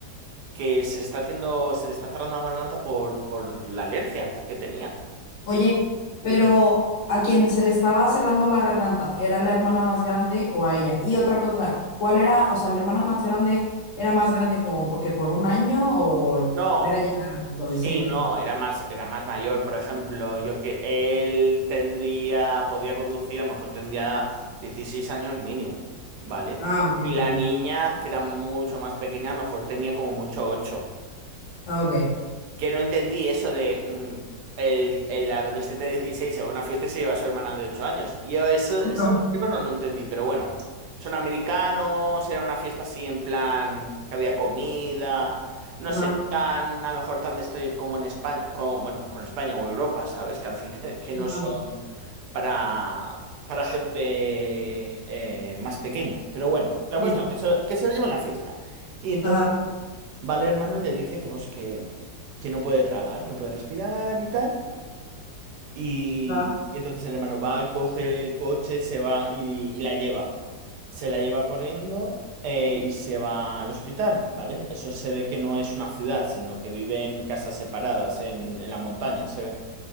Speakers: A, on the right; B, on the left.
A: que se está haciendo, se le está cerrando la garganta por, por la alergia que tenía.
B: Oye, pero
A: Dime.
B: a quien se le estaba cerrando la garganta, ¿era la hermana más grande o a ella? Y otra cosa, ¿cuál era, o sea, la hermana más grande era más grande como porque por un año o
A: No,
B: era ya adolescente?
A: Sí, no, era más, era más mayor, por ejemplo, yo que él tendría, podía conducir, a lo mejor tendría 16 años mínimo, ¿vale?
B: Ah, ok,
A: Y
B: ok.
A: la niña, que era mucho más pequeña, a lo mejor tenía como mucho ocho
B: Ah, ok.
A: que no entendí eso de mm, el, el adolescente de 16 se va a una fiesta y se lleva a su hermana de 8 años. Y yo eso, eso
B: Ajá,
A: en la película no lo entendí, pero bueno, son americanos, era una fiesta así en plan que había comida, no
B: ajá,
A: sé, no tan, a lo mejor tan destroyer como en España, como, bueno, con España o Europa, ¿sabes? Que al final <laughs> que no
B: ajá,
A: son para, para gente eh, más pequeña. Pero bueno, la
B: sí.
A: cuestión es que se, que se lo lleva a la fiesta. Y entonces
B: Ajá,
A: Vale, hermano, le dice que, pues, que, que no puede tragar, no puede respirar y tal. Y,
B: ajá,
A: y entonces el hermano va, coge el coche, se va y, y la lleva. Se la lleva corriendo eh, y se va al hospital, ¿vale? Eso se ve que no es una ciudad, sino que vive en casas separadas, en, en la montaña, se ve.